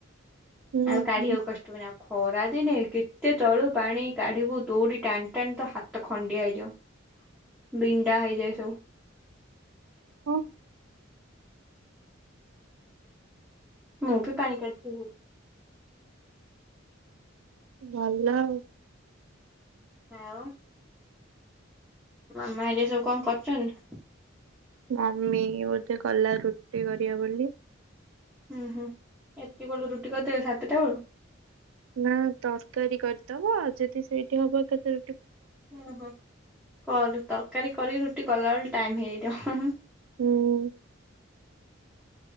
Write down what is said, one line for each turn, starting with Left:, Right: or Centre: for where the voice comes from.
Right: ହୁଁ,
Centre: ଆଉ କାଢିବାକୁ କଷ୍ଟ ହନି ଆଉ ଖରା ଦିନେ। କେତେ ତଳୁ ପାଣି କାଢିବୁ ଦୌଡି ଟାଣି ଟାଣି ତ ହାତ ଖଣ୍ଡିଆ ହେଇଯାଉ ବିଣ୍ଡା ହେଇଯାଏ ସବୁ।
Right: ହଁ।
Centre: ମୁଁ ବି ପାଣି କାଢିଛି ବହୁତ।
Right: ଭଲ ଆଉ।
Centre: ଆଉ। ମାମା ହେରିକା ସବୁ କଣ କରୁଛନ?
Right: ମମି ବୋଧେ ଗଲା ରୁଟି କରିବା ବୋଲି।
Centre: ହୁଁ -ହୁଁ ଏତିକି ବଳୁ ରୁଟି କରିଦେବେ ସାତଟା ବେଳୁ।
Right: ନା ତରକାରୀ କରିଦବ ଆଉ ଯଦି ସେଇଠି ହବ କେତେ।
Centre: ଓୁଁ ହୋଁ କର ତରକାରୀ କରି ରୁ କଲ ଟାଇମ ହେଇ ଦିଅ-
Right: ହୁଁ।